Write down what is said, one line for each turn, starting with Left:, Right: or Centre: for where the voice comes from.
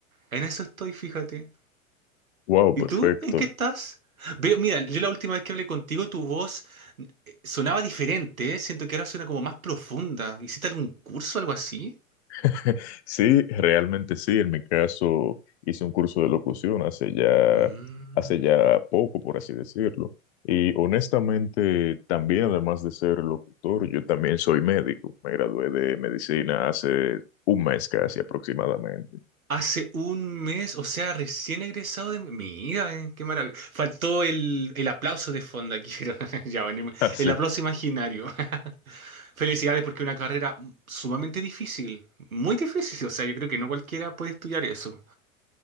Right: En eso estoy, fíjate.
Left: Wow,
Right: ¿Y
Left: perfecto.
Right: tú? ¿En qué estás? Veo, mira, yo la última vez que hablé contigo, tu voz eh, sonaba diferente, ¿eh? Siento que ahora suena como más profunda. ¿Hiciste algún curso o algo así?
Left: <laughs> Sí, realmente sí, en mi caso hice un curso de locución hace ya,
Right: Mm.
Left: hace ya poco, por así decirlo. Y honestamente, también además de ser locutor, yo también soy médico. Me gradué de medicina hace un mes casi aproximadamente.
Right: Hace un mes, o sea, recién egresado de... Mira, eh, qué maravilla. Faltó el, el aplauso de fondo aquí, <laughs> pero ya venimos.
Left: <laughs>
Right: El aplauso imaginario. <laughs> Felicidades porque es una carrera sumamente difícil, muy difícil. O sea, yo creo que no cualquiera puede estudiar eso.